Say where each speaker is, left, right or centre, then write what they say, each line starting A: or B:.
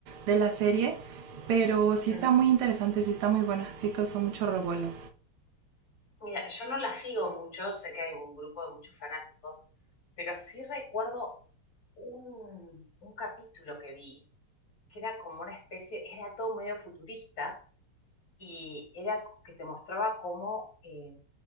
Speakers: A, on the right; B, on the left.
A: de la serie, pero sí
B: Mm.
A: está muy interesante, sí está muy buena, sí causó mucho revuelo.
B: Mira, yo no la sigo mucho, sé que hay un grupo de muchos fanáticos, pero sí recuerdo un, un capítulo que vi, que era como una especie, era todo medio futurista y era co- que te mostraba cómo eh,